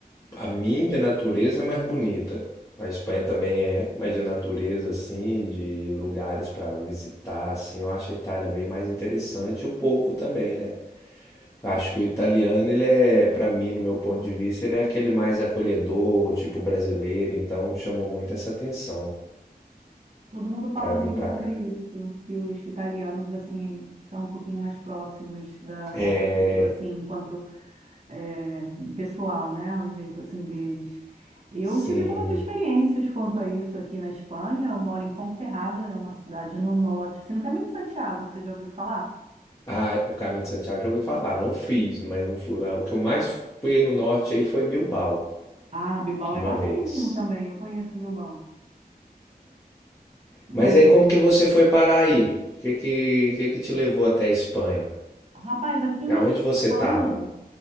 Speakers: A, on the left; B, on the right.
A: a mim de natureza é mais bonita. A Espanha também é, mas de natureza assim, de lugares para visitar assim, eu acho a Itália bem mais interessante e o povo também, né? Acho que o italiano, ele é, pra mim, no meu ponto de vista, ele é aquele mais acolhedor, tipo brasileiro, então chamou muito essa atenção
B: Todo mundo fala
A: pra vir
B: muito
A: pra
B: sobre
A: cá.
B: isso, que os italianos, assim, são um pouquinho mais próximos da
A: É,
B: nossa cultura, assim, enquanto é, pessoal, né? O jeito, assim, deles. Eu
A: sim.
B: tive boas experiências quanto a isso aqui na Espanha. Eu moro em Ponferrada, é uma cidade no norte, assim, no caminho de Santiago, você já ouviu falar?
A: Ah, o Caminho de Santiago já ouvi falar, não fiz, mas não fui. Ah, O que eu mais fui aí no norte aí foi Bilbao,
B: Ah, Bilbao
A: uma
B: é bacaníssimo
A: vez.
B: também, eu conheço Bilbao. Mas,
A: Mas aí como que você foi parar aí? O que que, que que te levou até a Espanha?
B: rapaz, aqui
A: E
B: na
A: aonde
B: Espanha...
A: você tava?